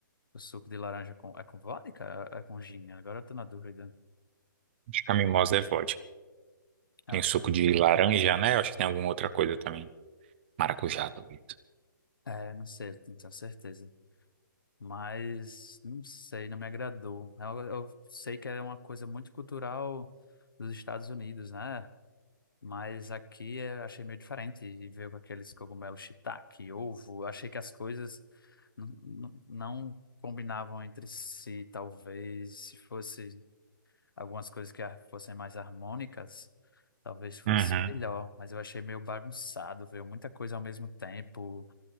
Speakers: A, on the left; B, on the right.
A: o suco de laranja com, é com vodka? É, é com gin? Agora eu tô na dúvida.
B: Acho que a mimosa é vodka.
A: Eu
B: Tem
A: acho
B: suco
A: que é,
B: de laranja, né? Acho que tem alguma outra coisa também. Maracujá, talvez.
A: é, é, não sei, não tenho certeza. Mas não sei, não me agradou. Eu, eu sei que é uma coisa muito cultural dos Estados Unidos, né? Mas aqui eu achei meio diferente e veio com aqueles cogumelos shiitake, ovo. Eu achei que as coisas n- n- não combinavam entre si, talvez se fosse algumas coisas que ar- fossem mais harmônicas, talvez fosse
B: Uhum.
A: melhor, mas eu achei meio bagunçado, veio muita coisa ao mesmo tempo.